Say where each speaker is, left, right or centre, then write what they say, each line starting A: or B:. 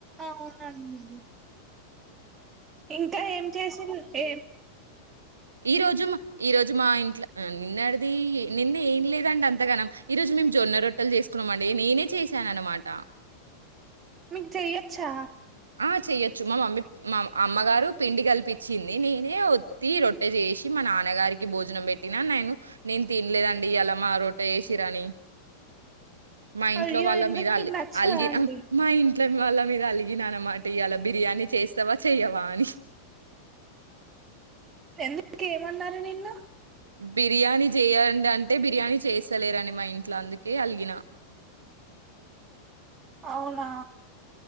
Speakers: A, on the right (about 20°); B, on the right (about 75°).
A: అవునండి ఇంకా ఏం చేసింది ఏ
B: ఈ రోజు ఈరోజు మా ఇంట్లో నిన్నడిది నిన్న ఏం లేదండి అంతగానం ఈరోజు మేము జొన్న రొట్టెలు చేసుకున్నామండి నేనే చేశాను అనమాట
A: మీకు చేయొచ్చా
B: ఆ చెయొచ్చు మా మమ్మీ మా అమ్మగారు పిండి కల్పించింది నేనే ఒత్తి రొట్టె చేసి మా నాన్నగారికి భోజనం పెట్టినా నేను నేను తినలేదండి అలా మా రొట్టె చేసిరని మా ఇంట్లో
A: అయ్యో
B: వాళ్ళ
A: ఎందుకు
B: మీద
A: మీకు
B: అల్
A: నచ్చదా
B: అలిగిన
A: అండి
B: మా ఇం ట్లో వాళ్ళ మీద అలి గిన అనమాట ఇయ్యాల బిర్యానీ చేస్తావా చెయ్యవా అని
A: ఎందుకు ఏమన్నారు నిన్ను
B: బిర్యానీ చేయండి అంటే బిర్యానీ చేస్తలేరని మా ఇంట్లో అందుకే అలిగిన
A: అవునా